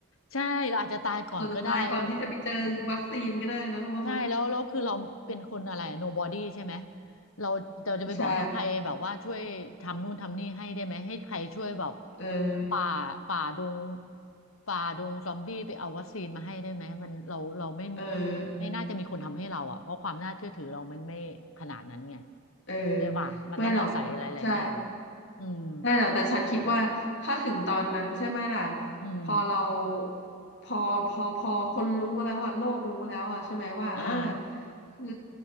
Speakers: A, on the left; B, on the left.
A: ใช่เราอาจจะตายก่อนก็ได้แล้ว
B: <laughs> อาจจะตายก่อนที่จะไปเจอวัคซีนก็ได้เนาะว่าไหม
A: ใช่แล้วแล้วคือเราเป็นคนอะไร nobody ใช่ไหมเราเราจะไปบอกให้ใครแบบว่าช่วยทำนู่นทำนี่ให้ได้ไหมให้ใครช่วยแบบ
B: ใช่เออ
A: ป่าป่าดงป่าดงซอมบี้ไปเอาวัคซีนมาให้ได้ไหมมันเราเราไม่
B: เออ
A: ไม่น่าจะมีคนทำให้เราอ่ะเพราะความน่าเชื่อถือเรามันไม่ขนาดนั้นไง
B: เออ
A: ใช่ป่ะมันต้องอาศัยหลายๆอย่าง
B: ไม่หรอกใช่
A: อืม
B: ได้แล้วแต่ฉันคิดว่าถ้าถึงตอนนั้นใช่ไหมล่ะ
A: อืม
B: พอเราพอพอพอคนรู้แล้วอ่ะโลกรู้แล้วอ่ะใช่ไหมว่าอ่า
A: อ่า
B: คือ